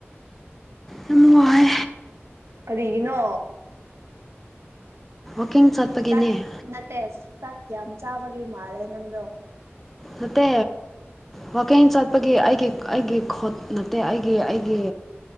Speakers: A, in the centre; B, on the right.
A: ꯌꯥꯝ ꯋꯥꯏ
B: ꯀꯔꯤꯒꯤꯅꯣ
A: ꯀꯛꯀꯤꯡ ꯆꯠꯄꯒꯤꯅꯦ
B: ꯆꯥꯛ ꯅꯠꯇꯦ ꯆꯥꯛ ꯌꯥꯝ ꯆꯥꯕꯒꯤ ꯃꯥꯜꯂꯦ ꯅꯪꯗꯣ
A: ꯅꯠꯇꯦ ꯋꯥꯋꯀꯤꯡ ꯆꯠꯄꯒꯤ ꯑꯩꯒꯤ ꯑꯩꯒꯤ ꯈꯣꯠ ꯅꯠꯇꯦ ꯑꯠꯇꯦ ꯑꯩꯒꯤ ꯑꯩꯒꯤ